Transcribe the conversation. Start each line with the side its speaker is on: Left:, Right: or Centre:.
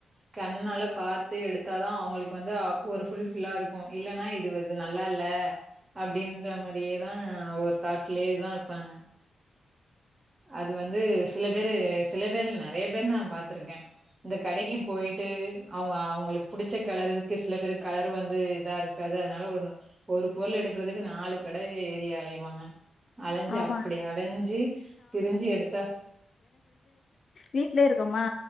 Right: கண்ணால பாத்து எடுத்தாதா அவுங்களுக்கு வந்து ஒரு புல்ஃபிலா இருக்கு இல்லனா இது வந்து இது நல்லால்ல அப்டின்ற மாரியே தா வொரு தாட்லேதா இருப்பாங்க அது வந்து சில பேரு சில பேர்ல நறைய பேர் நா பாத்ருக்கே இந்த கடைக்கு பொய்ட்டு அவுங்க அவுங்களுக்கு புடிச்ச கலரு இருக்கு சில பேரு கலரு வந்து இதா இருக்கு இருக்காது அதனால ஒரு ஒரு பொருள் எடுக்றதுக்கு நாலு கட ஏறி அலைவாங்க அலஞ்சி
Left: ஆமா
Right: அப்டி அலஞ்சி திரிஞ்சு எடுத்தா
Left: வீட்லியே இருக்கோமா